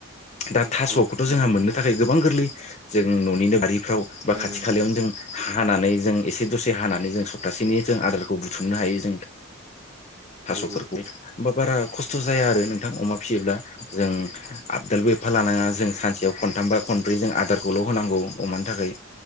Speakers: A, on the left; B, on the right.
A: दा
B: औ
A: थास'खौथ'
B: नंगौ
A: जोंहा
B: नंगौ
A: मोननो
B: नोंथां
A: थाखाय गोां गोबां गोरलै जों न'निनो बारिफ्राव बा
B: उम
A: खाथि खालायावनो जों हानानै जों एसे दसे हानानै जों सप्तासेनि जों आदारखौ बुथुमनो हायो जों थास'फोरखौ
B: औ औ
A: हबा बारा खस्थ' जाया आरो नों फिसियोब्ला जों आबदालबो एफा लानाङा जों सानसेयाव खनथाम बा खनब्रै जों आदारखौल' होनांगौ अमानि थाखाय